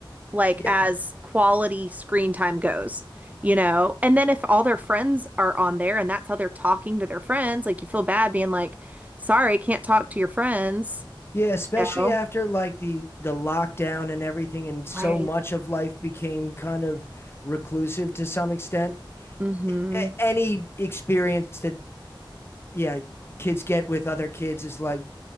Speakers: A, on the right (about 20°); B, on the left (about 30°).
A: like
B: Yeah.
A: as quality screen time goes, you know? And then if all their friends are on there and that's how they're talking to their friends, like you feel bad being like, sorry, can't talk to your friends,
B: Yeah, especially
A: you know?
B: after like the the lockdown and everything, and so
A: Right.
B: much of life became kind of reclusive to some extent.
A: Mm-hmm.
B: A- any experience that yeah, kids get with other kids is like